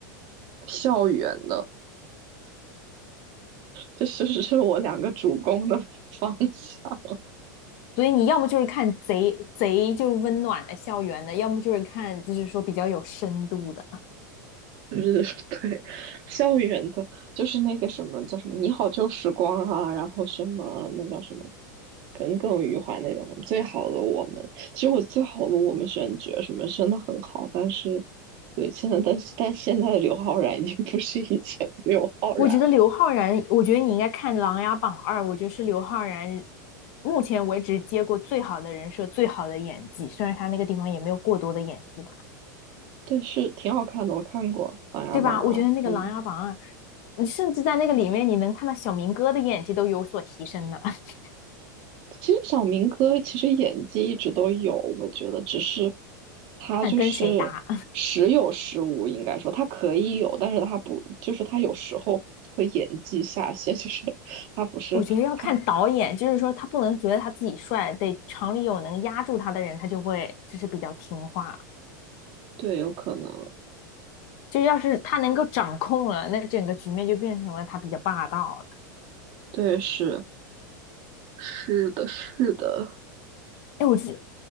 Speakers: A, on the right; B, on the left.
A: 校园的。这是这是我两个主攻的方向，
B: 所以你要么就是看贼贼就温暖的校园的，要么就是看就是说比较有深度的。
A: 就是 <laughs> 对校园的，就是那个什么叫什么“你好旧时光”啊，然后什么那叫什么耿耿于怀那叫什么“最好的我们”。其实我最好的我们选角什么真的很好，但是对现在，但是但现在的刘昊然已经不是以前的刘昊然了，
B: 我觉得刘昊然，我觉得你应该看《琅琊榜二》，我觉得是刘昊然目前为止接过最好的人设、最好的演技，虽然他那个地方也没有过多的演技吧。
A: 但是挺好看的，我看过《琅琊榜》啊，
B: 对吧？我觉得那个《琅琊榜二》，
A: 嗯。
B: 你甚至在那个里面，你能看到小明哥的演技都有所提升呢。<laughs>
A: 其实小明哥其实演技一直都有，我觉得只是他就是时有时无，
B: 看跟谁搭，
A: 应该说他可以有，但是他不，就是他有时候会演技下线，<laughs> 就是他不是他，
B: <laughs> 我觉得要看导演，就是说他不能觉得他自己帅，得厂里有能压住他的人，他就会就是比较听话。
A: 对，有可能，
B: 就要是他能够掌控了，那整个局面就变成了他比较霸道了。
A: 对，是是的，是的，
B: 哎，我这